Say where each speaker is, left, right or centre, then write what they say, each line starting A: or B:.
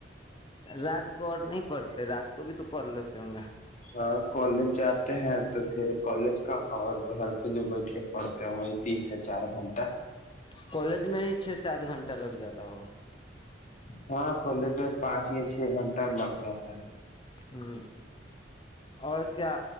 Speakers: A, on the left (about 30°); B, on the left (about 45°).
A: رات کو اور نہیں پڑتے رات کو بھی تو پڑھ لیتے ہوں گے
B: ہاں کالج جاتے ہیں تو پھر کالج کا اور گھر پہ جو بیٹھ کے پڑھتے ہیں وہی تین سے چار گھنٹہ
A: کالج میں ہی چھ سے آٹھ گھنٹہ لگ جاتا ہو
B: ہاں کالج میں پانچ یا چھ گھنٹہ لگ جاتا ہے
A: ہوں اور کیا